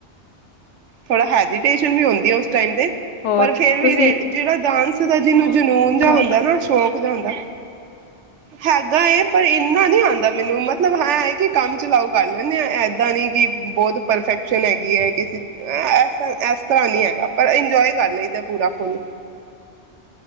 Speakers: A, on the right; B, on the left.
A: ਥੋੜਾ ਹੈਜੀਟੇਸ਼ਨ ਵੀ ਹੁੰਦੀ ਏ ਉਸ ਟਾਈਮ ਤੇ
B: ਹੋਰ
A: ਪਰ ਫੇਰ ਵੀ
B: ਤੁਸੀਂ
A: ਰ ਜਿਹੜਾ ਡਾਂਸ <unintelligible> ਜਿਹਨੂੰ ਜਨੂੰਨ ਜਾ
B: ਸ਼ੌਕ
A: ਹੁੰਦਾ ਏ ਨਾ ਸ਼ੌਕ। ਹੂੰਦਾ। ਹੈਗਾ ਏ ਪਰ ਇੰਨਾ ਨੀ ਆਂਦਾ ਮੈਨੂੰ ਮਤਲਬ ਇਹ ਹੈ ਕਿ ਕੰਮ ਚਲਾਓ ਕਰ ਲੈਣੇ ਆ ਏਦਾਂ ਨੀ ਕਿ ਬਹੁਤ ਪਰਫੈਕਸ਼ਨ ਹੈਗੀ ਐ ਕਿਸ ਅ ਇਸ ਤ ਇਸ ਤਰ੍ਹਾਂ ਨੀ ਹੈਗਾ ਪਰ ਇੰਜੋਏ ਕਰ ਲਈਦਾ ਏ ਪੂਰਾ ਫੁੱਲ।